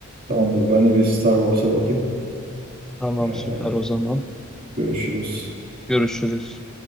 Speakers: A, on the right; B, in the centre.
A: Tamamdır. Ben de bir Star Wars'a bakayım.
B: Tamam
A: Ee,
B: süper o zaman.
A: görüşürüz.
B: Görüşürüz.